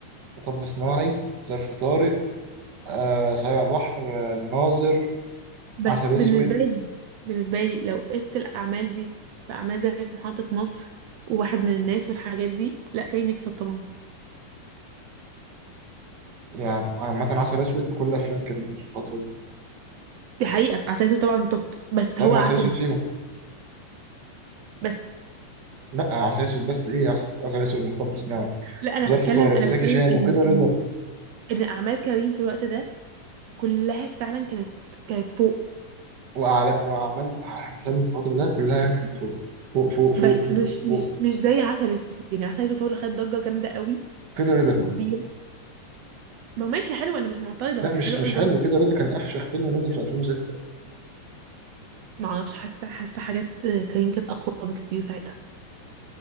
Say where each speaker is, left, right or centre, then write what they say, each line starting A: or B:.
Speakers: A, on the right; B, on the right.
A: مطب صناعي ظرف طارق آه صايع بحر آه ناظر
B: بس
A: عسل
B: بالنسبة
A: اسود
B: لي بالنسبة لي لو قست الأعمال دي بأعمال زي في محطة مصر وواحد من الناس والحاجات دي لا كريم يكسب طبعا
A: يعني عامة عسل اسود بكل افلام كريم في الفترة دي
B: دي حقيقة عسل أسود طبعا توب بس
A: طيب
B: هو
A: ما
B: عسل
A: عسل اسود
B: أسود
A: فيهم
B: بس
A: لا عسل اسود بس ايه عسل, عسل اسود ومطب صناعي
B: لا أنا
A: وظرف
B: بتكلم
A: طارق
B: أنا
A: وزكي
B: بتكلم
A: شان
B: إن
A: وكده رضا
B: إن إن أعمال كريم في الوقت ده كلها فعلا كانت كانت فوق
A: وأعلى وأعمال حلمي في الفترة ده كلها كانت فوق فوق فوق فوق
B: بس
A: فوق,
B: مش مش
A: فوق.
B: مش زي عسل أسود يعني عسل أسود هو اللي خد ضجة جامدة قوي
A: كده رضا
B: وكبيرة ما هو ماشي حلو انا مش معترضه
A: لا
B: هو كان
A: مش
B: حلو قوي
A: مش
B: برضه
A: حلو كده رضا كان افشخ فيلم نزل في 2006
B: ما اعرفش حاسه حاسه حاجات كريم كانت اقوى بكتير ساعتها